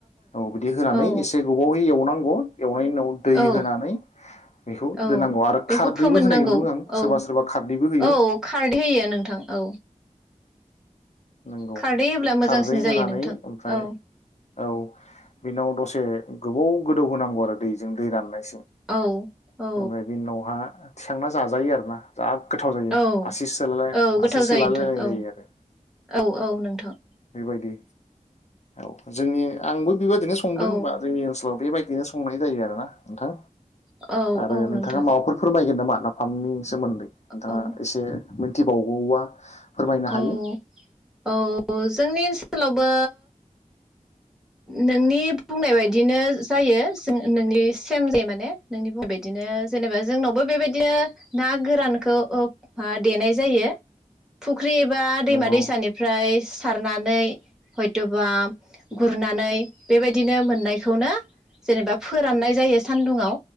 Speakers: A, on the left; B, in the centre.
A: औ बिदि होननानै
B: औ
A: एसे गोबावै एवनांगौ एवनायनि उनाव दै
B: औ
A: होनानै बेखौ
B: औ
A: दोनांगौ आरो
B: बेखौ
A: खारदैबो
B: फोमोननांगौ
A: होनाय नुदों आं सोरबा
B: औ
A: सोरबा खारदैबो होयो।
B: औ खारदै होयो नोंथां औ
A: नंगौ
B: खारदै होब्ला मोजांसिन
A: खारदै
B: जायो
A: होनानै
B: नोंथां
A: ओमफ्राय
B: औ
A: औ बिनाव दसे गोबाव गोदौ होनोनांगौ आरो दैजों दै राननाय
B: औ औ
A: ओमफ्राय बेनिनावहा थिखांना जाजायो आरो ना जा गोथाव जायो
B: औ
A: आसि सोलालाय
B: औ गोथाव
A: आसि सोलालायनाय
B: जायो नोंथां औ
A: जायो आरो
B: औ औ नोंथां
A: बायदि औ जोंनि आंबो- बेबादिनो संदों
B: औ
A: होनबा जोंनि ओनसोलाव बेबायदिनो संनाय जायो आरोना नोंथां।
B: औ
A: आरो
B: औ
A: नोंथाङा
B: नोंथां
A: माबाफोर फोरमायगोन नामा? नाफामनि सोमोन्दै नोंथाङा
B: औ
A: इसे मिन मिथिबावगौबा फोरमायनो
B: औ
A: हायो
B: औ जोंनि ओनसोलावबो नोंनि बुंनाय बायदिनो जायो नोंनि सेम जे माने नोंनि बुंनाय बायदिनो जेनेबा जोंनावबो बेबायदिनो ना गोरानखौ देनाय जायो फुख्रि एबा दैमा
A: नंगौ
B: दैसानि ओमफ्राय सारनानै हयथबा गुरनानै बेबायदिनो मोननायखौनो जेनेबा फोराननाय जायो सानदुंङाव